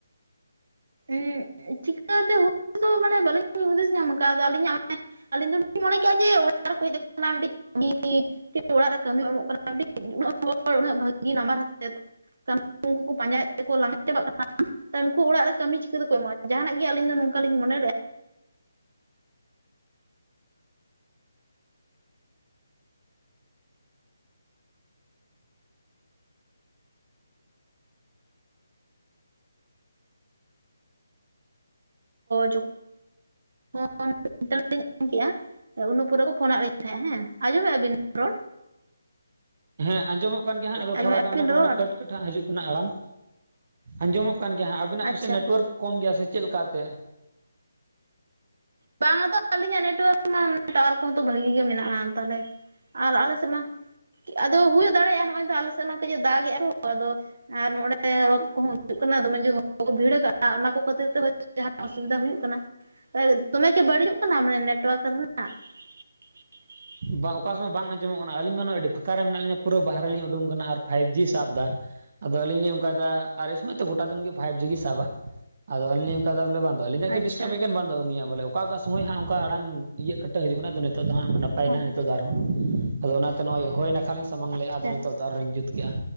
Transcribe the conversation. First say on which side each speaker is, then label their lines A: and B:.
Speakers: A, on the right (about 50°); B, on the right (about 30°).
A: ᱦᱮᱸ ᱪᱤᱠᱟᱹᱛᱮ ᱦᱩᱫᱤᱥ ᱫᱚ ᱢᱟᱱᱮ ᱵᱟᱹᱞᱤᱧ ᱦᱩᱫᱤᱥ ᱧᱟᱢ ᱠᱟᱜᱼᱟ ᱟᱫᱚ ᱟᱹᱞᱤᱧᱟᱜ ᱚᱱᱮ ᱟᱹᱞᱤᱧ ᱫᱚ ᱞᱤᱧ ᱢᱚᱱᱮ ᱠᱮᱜᱼᱟ ᱡᱮ ᱚᱲᱟᱜ ᱨᱮᱠᱚ ᱦᱮᱡ ᱠᱟᱱᱟ ᱢᱤᱫᱴᱤᱡ ᱠᱟᱹᱢᱤ ᱚᱲᱟᱜ ᱨᱮ ᱠᱟᱹᱢᱤ ᱮᱢᱚᱜ ᱠᱟᱱᱟ ᱢᱤᱫᱴᱤᱡ ᱩᱱᱟᱹᱜ ᱦᱚᱲ ᱩᱱᱟᱹᱜ ᱵᱷᱟᱹᱜᱤ ᱱᱟᱢᱵᱟᱨᱟᱛᱮᱫ ᱱᱟᱢᱵᱟᱨ ᱠᱚᱠᱩ ᱯᱟᱸᱡᱟᱭ ᱛᱮ ᱠᱚ ᱞᱟᱸᱜᱟ ᱪᱟᱵᱟᱜ ᱠᱟᱱᱟ ᱩᱱᱠᱩ ᱚᱲᱟᱜ ᱨᱮ ᱠᱟᱹᱢᱤ ᱪᱤᱠᱟᱹ ᱛᱮᱠᱚ ᱮᱢᱚᱜᱼᱟ ᱡᱟᱦᱟᱱᱟᱜ ᱜᱤ ᱟᱹᱞᱤᱧ ᱫᱚ ᱱᱚᱝᱠᱟᱞᱤᱧ ᱢᱚᱱᱮ ᱞᱮᱜᱼᱟ ᱡᱚᱠᱷᱚᱱᱮᱛ ᱞᱮ ᱧ ᱠᱮᱜᱼᱟ <unintelligible> ᱦᱮᱸ ᱩᱱᱟᱹᱜ ᱯᱚᱨᱮ ᱠᱚ ᱯᱷᱳᱱ ᱟᱜ ᱞᱤᱧ ᱛᱟᱦᱮᱸᱜᱟ ᱦᱮᱸ ᱟᱸᱡᱚᱢᱮᱜᱼᱟ ᱵᱤᱱ ᱨᱚᱲ
B: ᱦᱮᱸ ᱟᱸᱡᱚᱢᱚᱜ ᱠᱟᱱ ᱜᱮᱭᱟ ᱦᱟᱸᱜ ᱟᱫᱚ
A: ᱟᱸᱡᱚᱢᱮᱫᱼᱟ
B: ᱛᱷᱚᱲᱟᱜᱟᱱ ᱚᱱᱮ
A: ᱵᱤᱱ
B: ᱠᱚ
A: ᱨᱚᱲ
B: ᱢᱮᱱᱼᱟ ᱠᱟᱹᱴ ᱠᱟᱹᱴ ᱦᱟᱸᱜ ᱦᱤᱡᱩᱜ ᱠᱟᱱᱟ ᱟᱲᱟᱝ ᱟᱸᱡᱚᱢᱚᱜ ᱠᱟᱱ ᱜᱮᱭᱟ ᱦᱟᱸᱜ ᱟᱵᱤᱱᱟᱜ
A: ᱟᱪᱪᱷᱟ
B: ᱯᱟᱥᱮᱡ ᱱᱮᱴᱳᱣᱟᱨᱠ ᱠᱚᱢ ᱜᱮᱭᱟ ᱥᱮ ᱪᱮᱫ ᱞᱮᱠᱟᱛᱮ
A: ᱵᱟᱝ ᱟᱛᱚ ᱟᱞᱤᱧᱟᱜ ᱱᱮᱴᱣᱟᱨᱠ ᱢᱟ ᱴᱟᱣᱟᱨ ᱠᱚᱦᱚᱸ ᱛᱚ ᱵᱷᱟᱹᱜᱤ ᱜᱮ ᱢᱮᱱᱟᱜᱼᱟ ᱛᱟᱦᱞᱮ ᱟᱨ ᱟᱞᱮ ᱥᱮᱜ ᱢᱟ ᱟᱫᱚ ᱦᱩᱭ ᱫᱟᱲᱮᱭᱟᱜᱼᱟ ᱱᱚᱜᱼᱚᱭ ᱛ ᱟᱞᱮ ᱥᱮᱫ ᱢᱟ ᱠᱟᱹᱡᱮ ᱫᱟᱜᱮᱜᱼᱟ ᱛᱚ ᱟᱫᱚ ᱟᱨ ᱱᱚᱜᱚᱰᱮ ᱨᱚᱛᱷ ᱠᱚᱦᱚᱸ ᱦᱩᱭᱩᱜ ᱠᱟᱱᱟ ᱫᱚᱢᱮ ᱡᱳᱨ ᱦᱚᱲᱠᱚ ᱵᱷᱤᱲ ᱠᱟᱜᱼᱟ ᱚᱱᱟ ᱠᱚ ᱠᱷᱟᱹᱛᱤᱨ ᱛᱮ ᱦᱳᱭ ᱛᱚ ᱡᱟᱦᱟᱱᱟᱜ ᱚᱥᱩᱵᱤᱫᱷᱟ ᱦᱩᱭᱩᱜ ᱠᱟᱱᱟ ᱫᱚᱢᱮ ᱠᱤ ᱵᱟᱹᱲᱤᱡ ᱠᱟᱱᱟ ᱢᱟᱱᱮ ᱱᱮᱴᱳᱣᱟᱨᱠ ᱨᱮᱱᱟᱜ <inaudible>
B: ᱵᱟᱝ ᱚᱠᱟ ᱥᱚᱢᱚᱭ ᱵᱟᱝ ᱟᱸᱡᱚᱢᱚᱜ ᱠᱟᱱᱟ ᱟᱹᱞᱤᱧ ᱢᱟ ᱟᱹᱰᱤ ᱯᱷᱟᱸᱠᱟ ᱨᱮ ᱢᱮᱱᱟᱜ ᱞᱤᱧᱟᱹ ᱯᱩᱨᱟᱹ ᱵᱟᱦᱨᱮ ᱞᱤᱧ ᱩᱰᱩᱝ ᱠᱟᱱᱟ ᱟᱨ ᱯᱷᱟᱭᱤᱵᱽ ᱡᱤ ᱥᱟᱵ ᱫᱟ ᱟᱫᱚ ᱟᱹᱞᱤᱧ ᱞᱤᱧ ᱚᱱᱠᱟᱭᱮᱫᱟ ᱟᱨ ᱥᱟᱹᱭ ᱛᱚ ᱜᱚᱴᱟ ᱫᱤᱱ ᱜᱮ ᱯᱷᱟᱭᱤᱵᱽ ᱡᱤ ᱜᱤᱭ ᱥᱟᱵᱟ᱾ ᱟᱫᱚ ᱟᱹᱞᱤᱧ ᱞᱤᱧ ᱚᱱᱠᱟᱭ ᱫᱟ ᱵᱚᱞᱮ ᱵᱟᱝ ᱫᱚ ᱟᱹᱞᱤᱧᱟᱜ ᱜᱮ
A: ᱟᱪᱪᱷᱟ
B: ᱰᱤᱥᱴᱟᱵ ᱮᱫ ᱠᱟᱱ ᱵᱟᱝ ᱫᱚ ᱩᱱᱤᱭᱟᱜ ᱵᱚᱞᱮ? ᱚᱠᱟ ᱚᱠᱟ ᱥᱚᱢᱚᱭ ᱦᱟᱸᱜ ᱚᱱᱠᱟ ᱟᱲᱟᱝ ᱤᱭᱟᱹᱜ ᱠᱟᱹᱴᱟᱹᱜ ᱦᱤᱡᱩᱜ ᱠᱟᱱᱟ ᱟᱫᱚ ᱱᱤᱛᱚᱜ ᱫᱚ ᱦᱟᱸᱜ ᱱᱟᱯᱟᱭᱮᱱᱟ
A: ᱦᱚᱸ
B: ᱱᱤᱛᱚᱜ ᱫᱚ ᱟᱨᱦᱚᱸ ᱟᱫᱚ ᱚᱱᱟᱛᱮ ᱱᱚᱜᱼᱚᱭ ᱦᱚᱭ ᱱᱟᱠᱷᱟᱞᱤᱧ ᱥᱟᱢᱟᱝ ᱞᱮᱫᱼᱟ
A: ᱟᱪᱪᱷᱟ
B: ᱟᱫᱚ ᱱᱤᱛᱚᱜ ᱫᱚ ᱟᱨᱦᱚ ᱞᱤᱧ ᱡᱩᱛ ᱠᱮᱫᱼᱟ